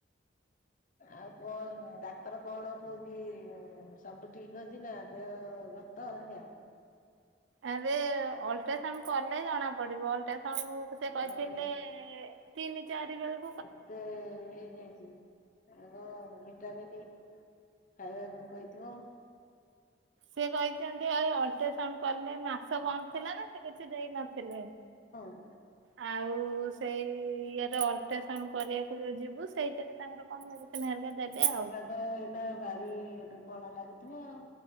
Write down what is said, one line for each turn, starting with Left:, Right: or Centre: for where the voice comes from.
Left: ଆଉ ପୁଅ ନା ଡାକ୍ତର କଣ କହୁଚି ଉ ସବୁ ଠିକ୍ ଅଛି ନା ଦେହ ପା? ତ ଘରୁ ଯା?
Right: ଆରେ ଅଲଟ୍ରାସାଉଣ୍ଡ କଲେ ଜଣା ପଡ଼ିବ ଅଲଟ୍ରାସାଉଣ୍ଡ ସେ କହିଥିଲେ
Left: ହଁ।
Right: ତିନି ଚାରି ବେଳୁକୁ
Left: ଏବେ ହେଇ ଯାଇଚି। ଆଉ ହଁ ମିଠାମିଠି ଖାଇବାକୁ କହିଥିବ?
Right: ସେ କହିଥାନ୍ତେ ଆଉ ଅଲଟ୍ରାସାଉଣ୍ଡ କଲେ ନା। ସେ ବନ୍ଦ ଥିଲା ନା ସେ କିଛି ଦେଇ ନଥିଲେ?
Left: ହ।
Right: ଆଉ ସେଇ ଇଏରେ ଅଲଟ୍ରାସାଉଣ୍ଡ କରିବାକୁ ଯୋଉ ଯିବୁ ସେଇଥିରେ ତାଙ୍କର କଣ ମେଡି ମେଡ଼ିସିନ୍ ହେରା ଦେବେ।
Left: ହେଲେ
Right: ଆଉ
Left: ତାଙ୍କର ଏବେ ଏଇନା ଭାରି ଦୁର୍ବଳ ଲାଗୁଥିବ ଆଉ।